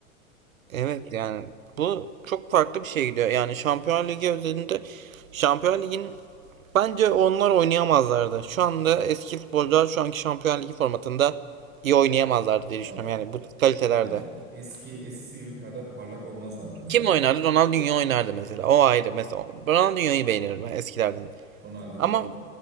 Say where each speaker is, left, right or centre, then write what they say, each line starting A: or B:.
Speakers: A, on the right; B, on the right.
A: Evet yani bu çok farklı bir şey gidiyor. Yani Şampiyonlar Ligi özelinde Şampiyonlar Ligi'nin bence onlar oynayamazlardı. Şu anda eski futbolcular şu anki Şampiyonlar Ligi formatında iyi oynayamazlardı diye
B: Ya
A: düşünüyorum. Yani bu kalitelerde.
B: aynen. Eski eskisi gibi kadar parlak olmazlardı yani.
A: Kim oynardı? Ronaldinho oynardı mesela. O ayrı. Mesela Ronaldinho'yu beğenirim ben eskilerden.
B: Ronaldinho
A: Ama